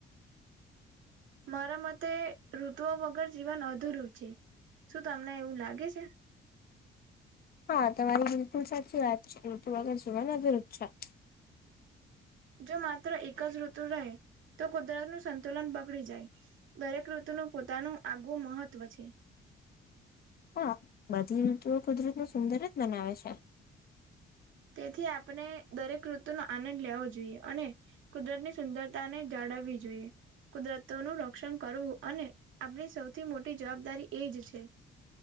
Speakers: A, on the right; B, on the left.
A: મારા મતે ઋતુઓ વગર જીવન અધુરું છે. શું તમને એવું લાગે છે?
B: હા, તમારી બિલકુલ સાચી વાત છે. ૠતું વગર જીવન અધુરું જ છે.
A: જો માત્ર એક જ ઋતુ રહે, તો કુદરત નું સંતુલન બગડી જાય. દરેક ઋતુનું પોતાનું આગવું મહત્વ છે.
B: હા. બધી ઋતુઓ કુદરત ને સુંદર જ બનાવે છે.
A: તેથી આપને દરેક ઋતુનો આનંદ લેવો જોઈએ, અને કુદરત ની સુંદરતા ને જાળવવી જોઈએ. કુદરતો નું રક્ષણ કરવું, અને આપણી સૌથી મોટી જવાબદારી એ જ છે.